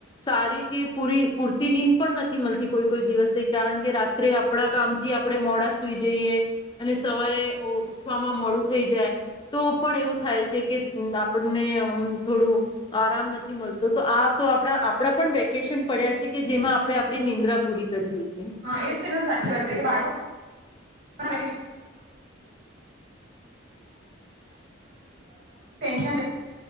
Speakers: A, on the left; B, on the right.
A: સારી કે પૂરી પૂરતી નીંદ પણ નથી મળતી કોઈ કોઈ દિવસે કારણ કે રાત્રે આપણા કામથી આપણે મોડા સુઈ જઈએ, અને સવારે ઉ ઉઠવામાં મોડું થઈ જાય તો પણ એવું થાય છે, કે આપણને આમ થોડું આરામ નથી મળતું. તો તો આ તો આપણા આપણા પણ વેકેશન પડ્યા છે કે જેમાં આપણેે આપણી નિદ્રા પૂરી કરી દઈએ
B: હા એ તમે સાચી વાત કહી કે બાળકો ના વેકે <unintelligible>